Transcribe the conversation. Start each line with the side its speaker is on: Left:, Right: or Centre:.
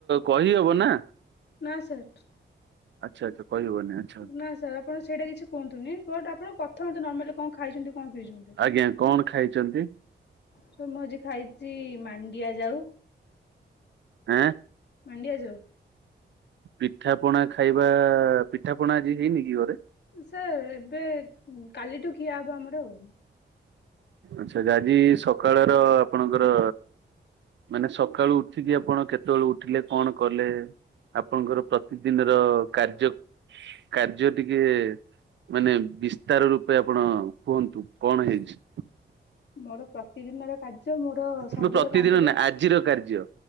Right: କହି ହବ ନା?
Left: ନା ସାର୍।
Right: ଆଚ୍ଛା, ଆଚ୍ଛା, କହିିହବନି ଆଛା।
Left: ନା ସାର୍ ଆପଣ ସେଇଟା କିଛି କୁହନ୍ତୁନି, ବଟ୍ ଆପଣ କଥା ହୁଅନ୍ତୁ ନର୍ମାଲି କଣ ଖାଇଛନ୍ତି, କଣ ପିଇଛନ୍ତି।
Right: ଆଜ୍ଞା କଣ ଖାଇଛନ୍ତି।
Left: ସାର୍ ମୁଁ ଆଜି ଖାଇଛି ମାଣ୍ଡିଆ ଯାଉ।
Right: ଆଁ
Left: ମାଣ୍ଡିଆଜାଉ।
Right: ପିଠା ପଣା ଖାଇବା ପିଠା ପଣା ଆଜି ହେଇନି କି ଘରେ।
Left: ସାର୍ ଏବେ କାଲିଠୁ ଖିଆ ହବ ଆମର ଆଉ।
Right: ଆଚ୍ଛା ଆଜି ସକାଳର ଆପଣଙ୍କର। ମାନେ ସକାଳୁ ଉଠିକି ଆପଣ କେତେବେଳେ ଉଠିଲେ କଣ କଲେ? ଆପଣଙ୍କର ପ୍ରତିଦିନର କାର୍ଯ୍ୟ କାର୍ଯ୍ୟ ଟିକେ। ମାନେ ବିସ୍ତାର ରୂପେ ଆପଣ କୁହନ୍ତୁ କଣ ହେଇଛି?
Left: ମୋର ପ୍ରତିଦିନର କାର୍ଯ୍ୟ ମୋର ସବୁବେଳେ
Right: ମୁଁ ପ୍ରତିଦିନ
Left: କମ୍ପ୍ୟୁଟର।
Right: ନା ଆଜିର କାର୍ଯ୍ୟ।